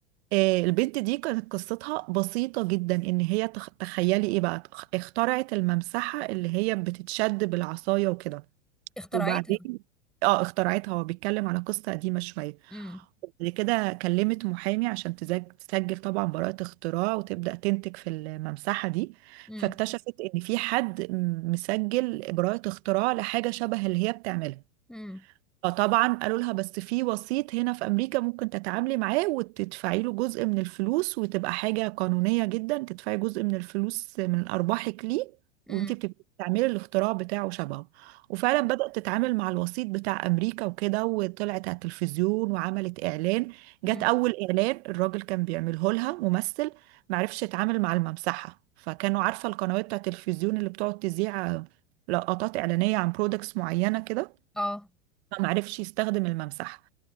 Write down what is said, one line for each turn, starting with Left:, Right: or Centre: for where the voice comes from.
Right: آه، البنت دي كانت قصتها بسيطة جدا ان هي تخ- تخيلي ايه بقى اخترعت الممسحة اللي هي بتتشد بالعصاية وكده
Centre: اخترعتها
Right: وبعدين اه اخترعتها هو بيتكلم على قصة قديمة شوية
Centre: امم
Right: بعد كده كلمت محامي عشان تزج- تسجل طبعا براءة اختراع وتبدأ تنتج في الممسحة دي
Centre: امم
Right: فاكتشفت ان في حد م- مسجل براءة اختراع لحاجة شبه اللي هي بتعملها
Centre: امم
Right: فطبعا قالوا لها بس في وسيط هنا في امريكا ممكن تتعاملي معاه وتدفعي له جزء من الفلوس وتبقى حاجه قانونيه جدا تدفعي جزء من الفلوس من ارباحك ليه
Centre: امم
Right: وانت بتبقي بتعملي الاختراع بتاعه شبهه وفعلا بدأت تتعامل مع الوسيط بتاع امريكا وكده وطلعت على التلفزيون وعملت اعلان
Centre: امم
Right: جت اول اعلان الراجل كان بيعمله لها ممثل معرفش يتعامل مع الممسحه فكانوا عارفه القنوات بتاع التلفزيون اللي بتقعد تذيع لقطات اعلانيه عن برودكتس معينه كده
Centre: اه
Right: ما معرفش يستخدم الممسحة